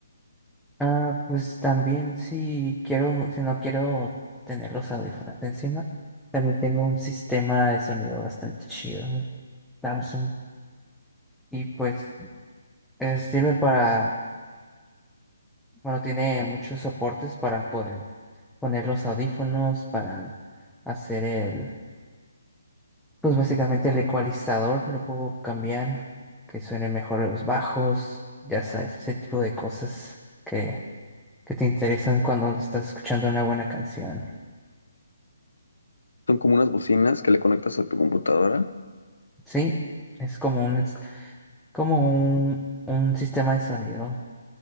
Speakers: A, in the centre; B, on the left.
A: Ah, pues también si quiero, no- si no quiero tener los audífonos encima, también tengo un sistema de sonido bastante chido, eh, Samsung, y pues eh, sirve para Bueno, tiene muchos soportes para poder poner los audífonos, para hacer el, pues básicamente el ecualizador, lo puedo cambiar, que suene mejor los bajos, ya sabes, ese tipo de cosas que, que te interesan cuando estás escuchando una buena canción.
B: Son como unas bocinas que le conectas a tu computadora,
A: Sí, es como un, es como un, un sistema de sonido un